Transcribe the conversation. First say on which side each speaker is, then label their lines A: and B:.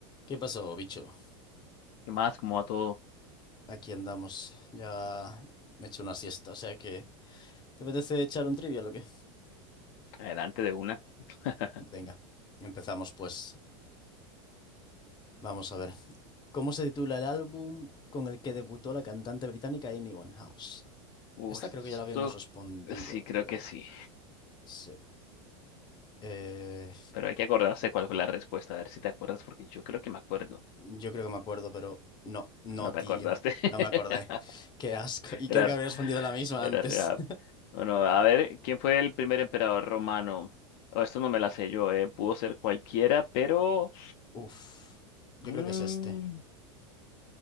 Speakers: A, on the left; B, on the left.
A: ¿Qué pasó, bicho?
B: ¿Qué más? ¿Cómo va todo?
A: Aquí andamos. Ya me he hecho una siesta, o sea que... ¿Te apetece echar un trivia o qué?
B: Adelante de una. <laughs>
A: Venga, empezamos pues. Vamos a ver. ¿Cómo se titula el álbum con el que debutó la cantante británica Amy Winehouse?
B: Uh,
A: Esta
B: Esto
A: creo que ya la habíamos respondido,
B: sí, creo
A: pero...
B: que sí.
A: Sí. Eh,
B: Pero hay que acordarse cuál fue la respuesta. A ver si te acuerdas, porque yo creo que me acuerdo.
A: Yo creo que me acuerdo, pero... No, no,
B: ¿No te
A: tío.
B: acordaste?
A: No
B: <laughs>
A: me acordé. <laughs> Qué asco. Y
B: Era,
A: creo que habría respondido la misma
B: era
A: antes.
B: real. Bueno, a ver, ¿quién fue el primer emperador romano? Oh, esto no me la sé yo, eh. Pudo ser cualquiera, pero
A: <laughs> Uf. Yo
B: mm,
A: creo que es este.